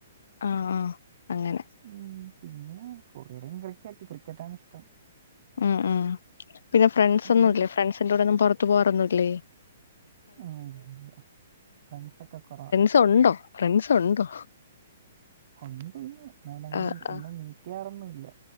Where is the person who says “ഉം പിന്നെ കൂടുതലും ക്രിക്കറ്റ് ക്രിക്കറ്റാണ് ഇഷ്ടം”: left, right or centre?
Right